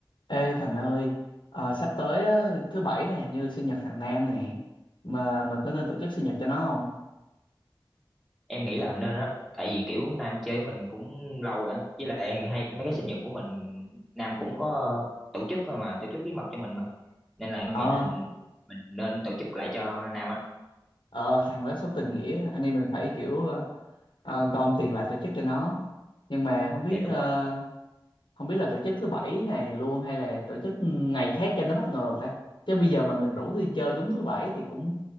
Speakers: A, on the left; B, in the centre.
A: Ê Thành ơi, ờ, sắp tới á, thứ bảy này như sinh nhật thằng Nam nè, mà mà có nên tổ chức sinh nhật cho nó không?
B: em nghĩ là nên á tại vì kiểu Nam chơi mình cũng lâu rồi á với lại hay mấy cái sinh nhật của mình Nam cũng có tổ chức cơ mà tổ chức bí mật cho mình mà nên là em
A: Ờ,
B: nghĩ là mình nên tổ chức lại cho Nam á
A: ờ thằng đó số tình nghĩa, anh em mình phải kiểu ờ, ờ, gom tiền lại tổ chức cho nó. Nhưng mà không biết
B: dạ đúng
A: ờ,
B: rồi
A: không biết là tổ chức thứ bảy này luôn hay là tổ chức ngày khác cho nó bất ngờ ta. Chứ bây giờ mà mình rủ đi chơi đúng thứ bảy thì cũng